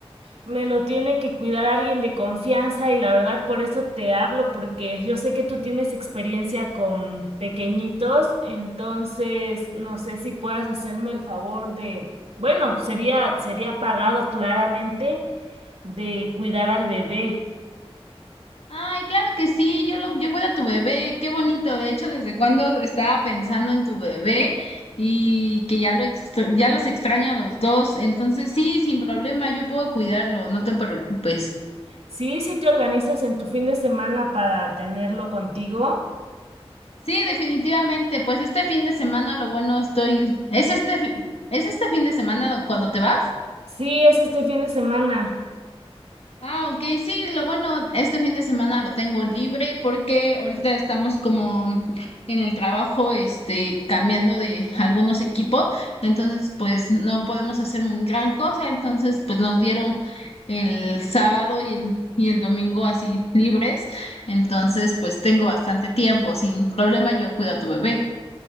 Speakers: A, on the right; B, on the left.
A: Me lo tiene que cuidar alguien de confianza y la verdad por eso te hablo, porque yo sé que tú tienes experiencia con pequeñitos, entonces no sé si puedas hacerme el favor de, bueno, sería, sería pagado claramente de cuidar al bebé.
B: Ay, claro que sí, yo lo, yo cuido a tu bebé, qué bonito. De hecho, desde cuando estaba pensando en tu bebé y que ya lo extra- ya los extraño a los dos. Entonces, sí, sin problema, yo puedo cuidarlo, no te preocupes.
A: Sí, si te organizas en tu fin de semana para tenerlo contigo.
B: Sí, definitivamente, pues este fin de semana lo bueno estoy. ¿Es este fi- es este fin de semana cuando te vas?
A: Sí, es este fin de semana.
B: Ah, ok, sí, lo bueno, este fin de semana lo tengo libre porque ahorita estamos como en el trabajo, este, cambiando de algunos equipos, entonces pues no podemos hacer un gran cosa, entonces pues nos dieron el sábado y el, y el domingo así libres, entonces pues tengo bastante tiempo, sin problema yo cuido a tu bebé.